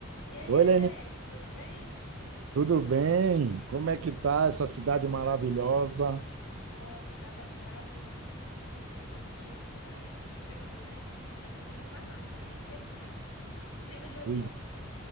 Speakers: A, on the left; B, on the right.
A: E aí,
B: Oi,
A: Alex,
B: Leni,
A: tudo bem?
B: tudo bem? Como é que tá essa cidade maravilhosa?
A: Nossa, tá abafado aqui. Você tinha dito que a Bahia tá chovendo, né? Mas aqui não tá, não. Tá bem seco o tempo. Clima de outono.
B: Pois-